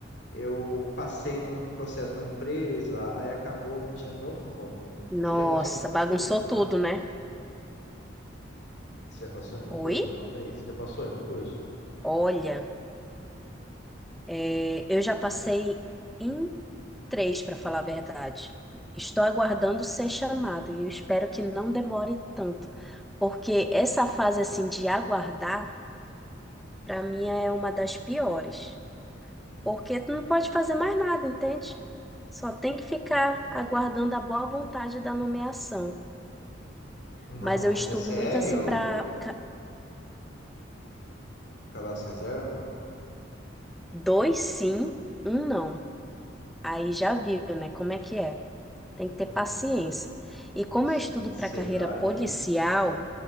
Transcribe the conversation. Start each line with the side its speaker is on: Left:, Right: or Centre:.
Left: eu passei num, num processo de uma empresa, aí acabou tirando meu foco, né?
Centre: Nossa,
Left: Você já passou em concurso?
Centre: bagunçou
Left: Já.
Centre: tudo, né?
Left: Você já passou em concurso
Centre: Oi?
Left: alguma vez? Você já passou em concurso?
Centre: Olha, é, eu já passei em Três, para falar a verdade. Estou aguardando ser chamado e eu espero que não demore tanto, porque essa fase assim de aguardar, para mim é uma das piores, porque tu não pode fazer mais nada, entende? Só tem que ficar aguardando a boa vontade da nomeação.
Left: Nossa,
Centre: Mas eu estudo
Left: mas é CR
Centre: muito assim
Left: ou
Centre: para
Left: cadastro reserva?
Centre: dois sim, um não. Aí já viu, né? Como é que é? Tem que ter
Left: Hum,
Centre: paciência. E
Left: nossa,
Centre: como eu estudo
Left: ansiedade.
Centre: para carreira policial